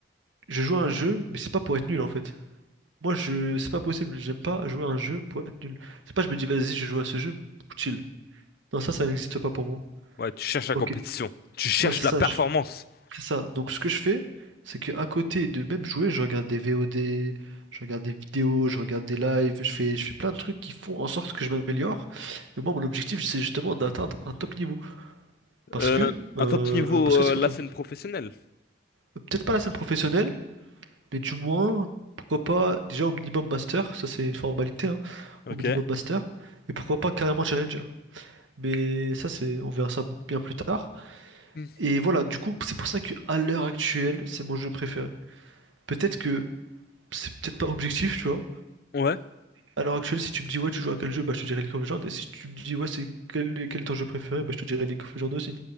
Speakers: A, on the right; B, on the left.
A: je joue à un jeu, mais c'est pas pour être nul en fait. Moi, je, c'est pas possible, j'aime pas jouer à un jeu pour être nul. C'est pas, je me dis, vas-y, je joue à ce jeu, chill. Non, ça, ça n'existe pas pour moi.
B: Ouais, tu cherches la
A: Ok,
B: compétition. Tu cherches
A: ouais, c'est ça,
B: la performance.
A: je- C'est ça. Donc ce que je fais, c'est que à côté de même jouer, je regarde des VOD, je regarde des vidéos, je regarde des lives, je fais, je fais plein de trucs qui font en sorte que je m'améliore. Mais moi, mon objectif, c'est justement d'atteindre un top niveau. Parce
B: Euh,
A: que, euh,
B: un top niveau,
A: parce
B: euh,
A: que c'est comme
B: la
A: ça.
B: scène professionnelle.
A: Peut-être pas la scène professionnelle, mais du moins, pourquoi pas déjà au minimum master, ça c'est une formalité, hein,
B: Ok.
A: au minimum master, et pourquoi pas carrément challenger. Mais ça, c'est, on verra ça bien plus tard.
B: Hmm.
A: Et voilà, du coup, c'est pour ça que à l'heure actuelle, c'est mon jeu préféré. Peut-être que c'est peut-être pas objectif, tu vois.
B: Ouais.
A: À l'heure actuelle, si tu me dis ouais, tu joues à quel jeu, bah je te dirai League of Legends. Et si tu me dis ouais, c'est quel, quel est ton jeu préféré, bah je te dirai League of Legends aussi.